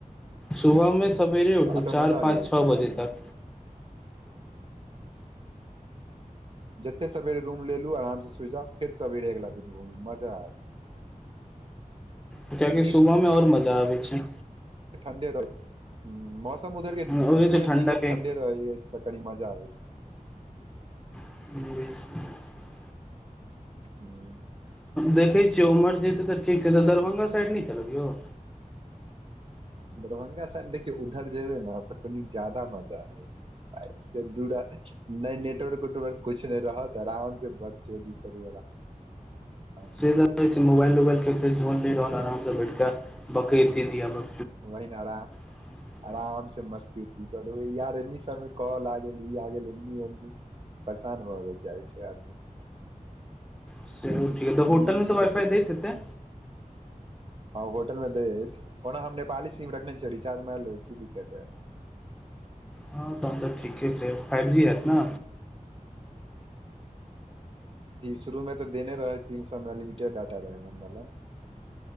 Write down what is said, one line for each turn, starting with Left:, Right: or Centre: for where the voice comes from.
Centre: सुबहमे सवेरे उठू
Right: रिटर्न
Centre: चार
Right: हो जाउ
Centre: पाँच
Right: य ओहिस
Centre: छओ
Right: अगला
Centre: बजे
Right: दिन हो
Centre: तक
Right: जाउ जते सबेर रूम लेलु आराम से सुइत जाउ फेर सबेरे अगिला दिन घुमू मजा आयत
Centre: कियाकि
Right: आ
Centre: सुबहमें आओर मजा आबै छै
Right: ठण्डे रहै मौसम उधरके
Centre: होइ
Right: पूरे
Centre: छै ठण्डा
Right: दिनो
Centre: के
Right: ठण्डे तऽ कनी मजा आबै छै
Centre: <unintelligible>
Right: हूँ
Centre: देखै छियै उमर जेतै तऽ ठीक छै तऽ दरभंगा साइड नहि चलबियौ
Right: दरभंगा साइड देखियौ उधर जेबे ने तऽ कनि जादा माजा हयत दूरा नहि नेटवर्क उटवर्क कुछ नहि रहत तऽ आराम से बक चोदी करू आराम
Centre: से त छै मोबाइल उबाइलके झोल नहि रहल आरामसँ बैठ कऽ बक द दियाप
Right: वहिनारा
Centre: <unintelligible>
Right: आराम से मस्ती हो कर यार एन्नी समय कॉल आ गेल ई आ गेल एनी न्नी परेशान भऽ जाइ छै आदमी
Centre: से
Right: कम
Centre: ठीके तऽ होटल
Right: घूमै
Centre: मे
Right: छी
Centre: तऽ वइफाइ
Right: सुकून
Centre: दै हेतै
Right: होटल मे दय अछि ओना हम नेपाली सीम रखने छ छीै रिचार्ज मार लेब की दिक्कत हय
Centre: हँ तहन तऽ ठीके छै फाइव जी हयत न
Right: शुरू मे तऽ देने रहे है तीन सए मे अनलिमिटेड डाटा रहे